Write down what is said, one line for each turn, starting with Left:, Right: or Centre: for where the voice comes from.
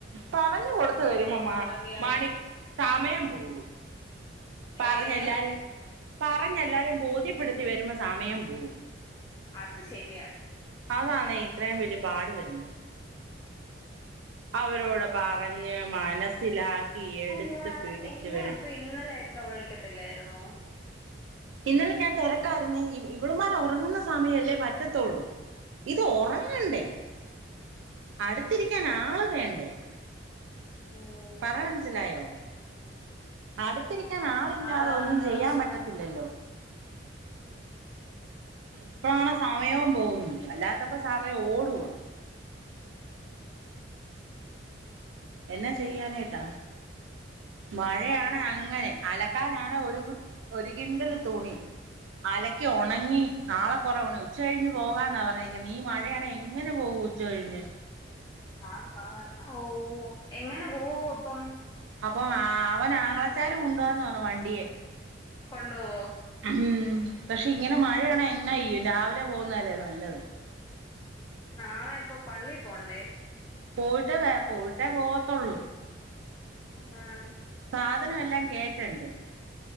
Right: പറഞ്ഞു കൊടുത്തു വരുമ്പോ
Left: അതിപ്പോ
Right: മാ
Left: നമ്മളെന്ത് ചെയ്യണം
Right: മാണി സമയം പോകും പറഞ്ഞല്ലാര
Left: ഏഹ്
Right: പറഞ്ഞെല്ലാരെയും ബോധ്യപ്പെടുത്തി വരുമ്പോ സമയം പോവും
Left: അത് ശരിയ
Right: അതാണെ ഇത്രേ വലിയ പാടു വരുന്നു അവരോട് പറഞ്ഞ് മനസ്സിലാക്കി എടുത്ത്
Left: അല്ല
Right: പിടിച്ചു
Left: എന്നെ
Right: വരും
Left: ഇപ്പൊ ഇന്നലെയൊക്കെ വിളിക്കത്തില്ലായിരുന്നോ
Right: ഇന്നലെ ഞാൻ തിരക്കായിരുന്നേ ഇവളമാരെ ഉറങ്ങുന്ന സമയല്ലേ പറ്റത്തുള്ളൂ ഇത്
Left: ഓ,
Right: ഉറങ്ങണ്ടേ
Left: അത് സ്-
Right: അടുത്തിരിക്കാൻ
Left: ആ
Right: ആള് വേണ്ടേ
Left: ഓഹ്
Right: പറ മനസിലായോ അടുത്തിരിക്കാൻ ആൾ ല്ലാതെ
Left: അതാണ്
Right: ഒന്നും ചെയ്യാൻ
Left: പ്രശ്നം
Right: പറ്റത്തില്ലല്ലോ ഇപ്പഴാണ് സമയവും പോകുന്നില്ല അല്ലാത്തപ്പോ സമയം ഓടുവാ എന്നെ ചെയ്യാനായിട്ടാ മഴയാണ്
Left: ഓ
Right: അങ്ങനെ അലക്കാനാണ് ഒരു ഒരു കിൻണ്ടല് തുണി അലക്ക് ഉണങ്ങി നാളെ കുറവ ഉണ ഉച്ച കഴിഞ്ഞ് പോകാന്നാ പറഞ്ഞിരിക്കുന്നത് ഈ മഴയാണ് എങ്ങനെ പോകൂ ഉച്ച കയ്ഞ്ഞ്
Left: ആഹ് ആഹ് ഓഹ് എങ്ങനെ പോവു അപ്പം
Right: അപ്പൊ അവൻ ആംഗളച്ചാര കൊണ്ടുവാന്ന് പറഞ്ഞു വണ്ടിയെ
Left: കൊണ്ടുപോവോ
Right: ഉം പക്ഷെ ഇങ്ങനെ മഴയാണ് എന്നയ്യും രാവിലെ പോകുന്നല്ലേ നല്ലത്
Left: നാളെ ഇപ്പൊ പള്ളി പോണ്ടേ
Right: പോയിട്ടേ വ പോയിട്ടേ പോകത്തുള്ളൂ
Left: ആഹ്
Right: സാധനം എല്ലാം കേറ്റണ്ടെ